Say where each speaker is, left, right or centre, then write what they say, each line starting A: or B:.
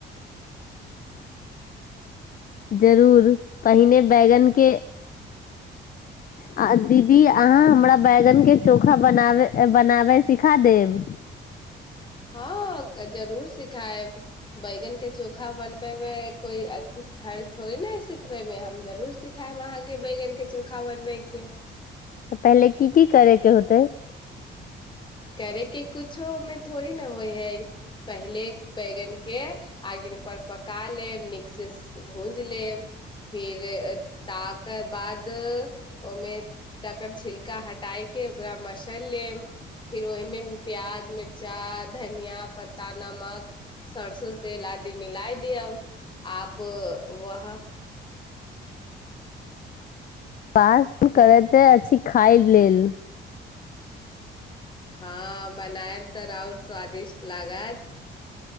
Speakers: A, on the left; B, on the left.
A: जरूर पहिने बैगन के। आ दि। की अहाँ हमरा बैगनके चोखाना बनवाई बनाबै सीखा देब।
B: ह जरूर सिखायब बैगन के चोखा बनबे मे कोइ अथि हरज थोड़ी न है सिखबे मे हम जरूर सिखायब अहाँके बैगन के चोखा बनबे के।
A: त पहिले की की करे के होतेइ।
B: करयके किछो ओहिमे थोड़े ने होइ हइ पहिले बैगनके आङगिन पर पका लेब नीक से भूज लेब फिर ताक बाद ओमे तकर छिलका हटाय के ओकरा मसर लेब। फिर ओहिमे प्याज मिर्चा धनिया पत्ता नमक सरसो तेल आदि मिलाइ दियअ आप वह।
A: वास करैत अछि खाइ लेल।
B: हँ बनायब त राउर स्वादिष्ट लागत।